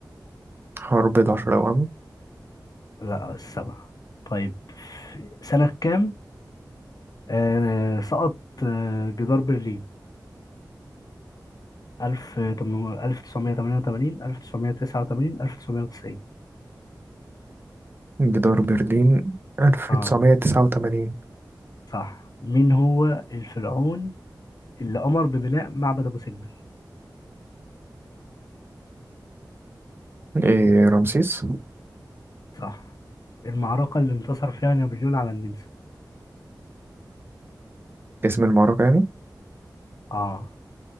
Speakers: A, on the right (about 30°); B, on the left (about 55°).
A: حرب العشرة أوام
B: لا السبع طيب في سنة كام آه سقط آه جدار برلين 1988 1989 1990
A: جدار برلين 1989
B: اه صح مين هو الفرعون اللي أمر ببناء معبد أبو سمبل
A: إيه رمسيس
B: صح المعركة اللي انتصر فيها نابليون على النمسا
A: اسم المعركة يعني
B: اه